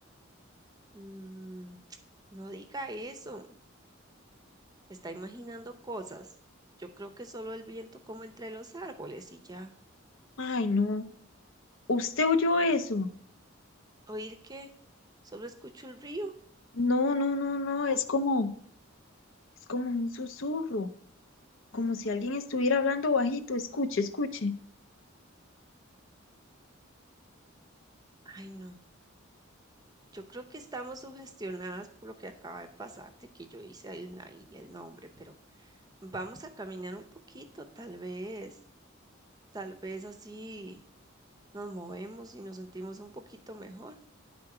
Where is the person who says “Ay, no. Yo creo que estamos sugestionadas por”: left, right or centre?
Right